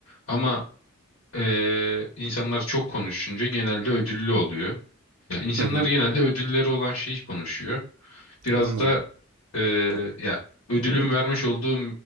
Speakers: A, on the left; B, on the right.
A: Ama e, insanlar çok konuşunca genelde ödüllü oluyor. Ya insanlar
B: Hı hı.
A: genelde ödülleri olan şeyi konuşuyor. Biraz
B: Anladım.
A: da e, ya ödülün vermiş olduğum